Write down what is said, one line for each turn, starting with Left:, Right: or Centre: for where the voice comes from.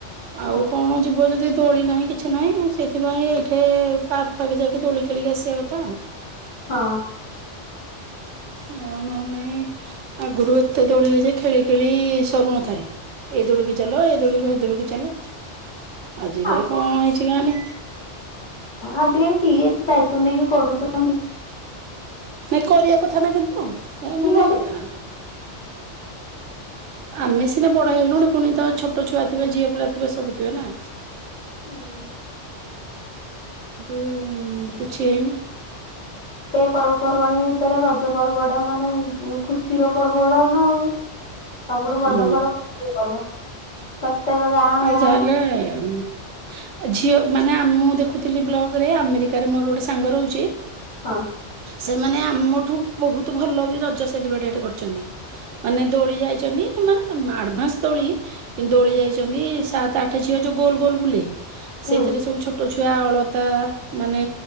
Right: ଆଉ
Left: ଓ
Right: କଣ ଯିବ ଯଦି ଦୋଳି ନାହିଁ କିଛି ନାହିଁ, ସେଥିପାଇଁ ଏଇଠି ପାର୍କରେ ଯାଇକି ଦୋଳି ଖେଳିକି ଆସିବା କଥା ଆଉ।
Left: ହଁ।
Right: ଆଉ ନ ହେଲେ ନାଇଁ, ଆଗରୁ ଏତେ ଦୋଳିି ହଏ ଯେ ଖେଳି ଖେଳି ସରୁନଥାଏ। ଏଇ ଦୋଳିିକି ଚାଲ, ଏଇ ଦୋଳିରୁ ଏ ଦୋଳିିକି ଚାଲ। ଆଜିରେ
Left: ହଁ,
Right: କଣ ହେଇଛି କେଜାଣି
Left: ଆଜିକାଲି କି ଏତେ ଦାୟିତ ତୁ ନେଇକି କରୁଚନ୍ତି।
Right: ଏ କରିବା କଥା ନା କିନ୍ତୁ ଏ ମାନେ-
Left: ନିହାତି
Right: ଆମି ସିନା ବଡ ହେଇଗଲୁଣି, ପୁଣି ତ ଛୋଟ ଛୁଆ ଥିବେ, ଝିଅ ପିଲା ଥି ରେ ସବୁଥିବେ ନା।
Left: ଉଁ।
Right: ଦୁଁ କିଛି ହେଇନି।
Left: କଉ ପର୍ବପର୍ବାଣୀ ଭିତରେ ରଜ ପର୍ବଟା ମାନେ ଉଁ ଖୁସିର ପର୍ବ ଗଡା ନା ଆଉ। ସବୁଠୁ
Right: ହଁ
Left: ବଡ ପର୍ବ <inaudible> ପର୍ବ। ପ୍ରତ୍ୟେକ ଗାଁ
Right: ଆଉ
Left: ଗାଁ
Right: ଯାହେଲେ ଏ ଝିଅ ମାନେ ଆମ ମୁଁ ଦେଖୁଥିଲି ବ୍ଲଗରେ, ଆମେରିକାରେ ମୋର ଗୋଟେ ସାଙ୍ଗ ରହୁଚି।
Left: ହାଁ।
Right: ସେମାନେ ଆମଠୁ ବହୁତ ଭଲ ବି ରଜ ସେଲିବ୍ରେଟ ହେଠେ କରୁଚନ୍ତି ।ମାନେ ଦୋଳି ଯାଇଚନ୍ତି, ମାନେ ଆଡଭାନ୍ସ ଦୋଳି କିନ୍ତୁ ଦୋଳି
Left: ହୁଁ।
Right: ଯାଇ କି ସାତ ଆଠ ଝିଅ ଯଉ ଗୋଲ ଗୋଲ ବୁଲେ।
Left: ହୁଁ
Right: ସେଇଥିରେ ସବୁ ଛୋଟ ଛୁ କେ ଅଳତା ମାନେ